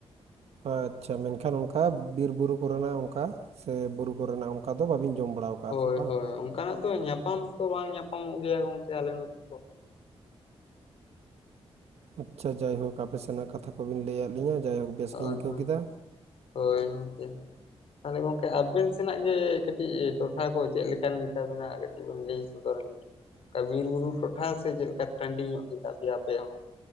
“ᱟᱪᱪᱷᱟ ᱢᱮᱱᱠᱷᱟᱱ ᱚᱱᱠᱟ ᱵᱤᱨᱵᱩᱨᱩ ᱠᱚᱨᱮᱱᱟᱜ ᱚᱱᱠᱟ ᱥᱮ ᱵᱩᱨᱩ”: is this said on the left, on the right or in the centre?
Right